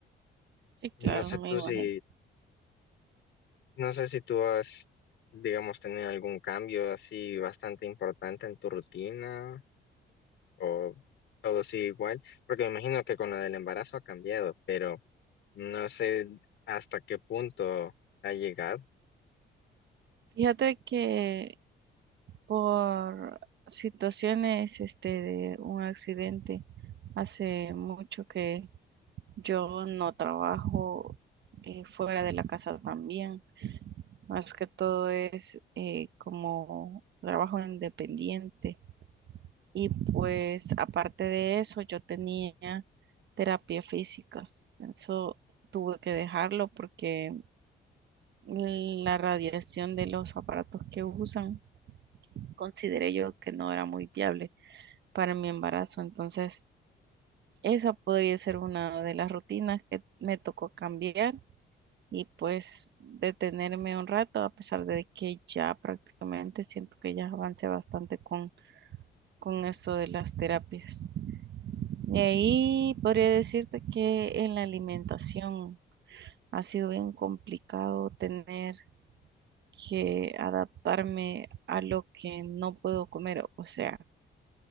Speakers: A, on the right; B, on the left.
A: Sí, claro,
B: No sé tú
A: me imagino.
B: si, no sé si tú has, digamos, tenido algún cambio así bastante importante en tu rutina o todo sigue igual, porque me imagino que con lo del embarazo ha cambiado, pero No sé hasta qué punto ha llegado.
A: Fíjate que por situaciones este de un accidente hace mucho que yo no trabajo eh, fuera de la casa también. Más que todo es eh, como trabajo independiente Y pues aparte de eso, yo tenía terapia físicas. Eso tuve que dejarlo porque la radiación de los aparatos que usan consideré yo que no era muy viable para mi embarazo. Entonces, esa podría ser una de las rutinas que me tocó cambiar y pues detenerme un rato, a pesar de que ya prácticamente siento que ya avancé bastante con, con eso de las terapias. Y ahí podría decirte que en la alimentación ha sido bien complicado tener que adaptarme a lo que no puedo comer. O sea,